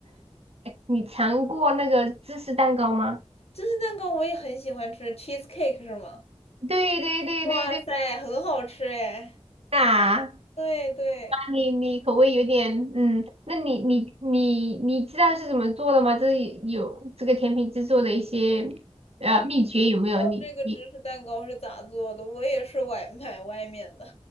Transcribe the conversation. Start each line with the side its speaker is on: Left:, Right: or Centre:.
Right: 你尝过那个芝士蛋糕吗？
Left: 芝士蛋糕我也很喜欢吃，cheesecake 是吗？
Right: 对对对对对，
Left: 哇塞，很好吃哎。
Right: 啊。
Left: 对对。
Right: 你你口味有点，嗯，那你你你你知道是怎么做的吗？这有这个甜品制作的一些呃秘诀有没有？你你
Left: 这个芝士蛋糕是咋做的？我也是外买外面的。